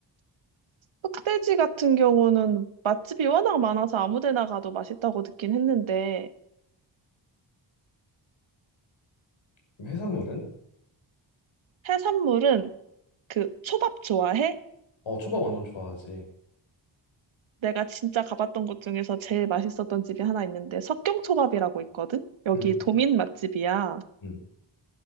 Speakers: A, on the right; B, on the left.
A: 흑돼지 같은 경우는 맛집이 워낙 많아서 아무 데나 가도 맛있다고 듣긴 했는데,
B: 그럼 해산물은?
A: 해산물은 그 초밥 좋아해?
B: 어, 초밥 완전 좋아하지.
A: 내가 진짜 가봤던 곳 중에서 제일 맛있었던 집이 하나 있는데 석경초밥이라고 있거든? 여기
B: 음,
A: 도민 맛집이야.
B: 음.